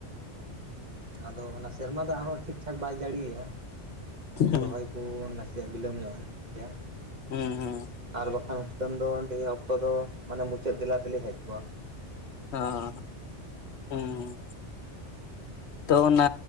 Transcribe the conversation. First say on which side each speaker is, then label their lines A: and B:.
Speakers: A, on the right (about 40°); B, on the left (about 70°).
A: ᱦᱩᱸ ᱟᱫᱚ ᱚᱱᱟ ᱥᱮᱨᱢᱟ ᱫᱟᱜ ᱦᱚᱸ ᱴᱷᱤᱠ ᱴᱷᱟᱠ ᱵᱟᱭ ᱡᱟᱹᱲᱤᱭᱮᱜ-ᱟ ᱚᱱᱟᱛᱮ
B: ᱦᱩᱸ
A: ᱨᱚᱦᱚᱭ ᱠᱩ ᱱᱟᱥᱮ ᱵᱤᱞᱚᱢ ᱧᱚᱜ ᱮᱱ ᱜᱮᱭᱟ
B: ᱦᱩᱸ ᱦᱩᱸ
A: ᱟᱨ ᱵᱟᱠᱷᱟᱱ ᱠᱟᱹᱱ ᱫᱚᱱ ᱱᱤᱭᱟᱹ ᱚᱠᱛᱚ ᱫᱚ ᱢᱟᱱᱮ ᱢᱩᱪᱟᱹᱫ ᱫᱮᱞᱟ ᱫᱤᱞᱤ ᱦᱮᱡ ᱠᱚᱼᱟ᱾
B: ᱦᱚᱸ ᱦᱩᱸ᱾ ᱛᱚ ᱚᱱᱟ